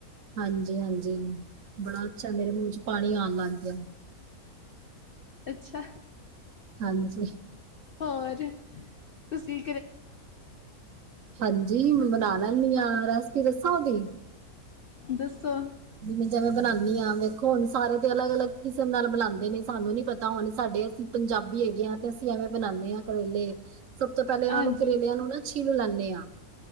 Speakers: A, on the right (about 60°); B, on the left (about 60°).
A: ਹਾਂਜੀ, ਹਾਂਜੀ ਬੜਾ ਅੱਛਾ, ਮੇਰੇ ਮੂੰਹ ਚ ਪਾਣੀ ਆਨ ਲਾੱਗ ਗਿਆ
B: ਅੱਛਾ।
A: ਹਾਂਜੀ।
B: ਹੋਰ, ਤੂਸੀ
A: ਹਾਂਜੀ, ਬਨਾ ਲੈਨੀ ਆਂ, ਰੈਸਪੀ ਦੱਸਾਂ ਓਦੀ?
B: ਦੱਸੋ
A: ਜਿਵੇਂ- ਜਿਵੇਂ ਬਨਾਨੀ ਆਂ ਵੇਖੋ ਹੁਨ, ਸਾਰੇ ਤੇ ਅਲੱਗ -ਅਲੱਗ ਕਿਸਮ ਨਾਲ ਬਨਾਂਦੇ ਨੇ, ਸਾਨੂੰ ਨੀ ਪਤਾ ਹੁਨ ਸਾਡੇ ਪੰਜਾਬੀ ਹੈਗੇ ਆ, ਤੇ ਅਸੀ ਐਵੇਂ ਬਨਾਨੇ ਆਂ ਕਰੇਲੇ ਸਬ ਤੋ ਪਹਿਲੇ ਇਨ੍ਹਾਂ
B: ਹਾਂਜੀ
A: ਨੂੰ, ਕਰੇਲੇਆਂ ਨੂੰ ਨਾ ਛਿੱਲ ਲੈਂਨੇ ਆਂ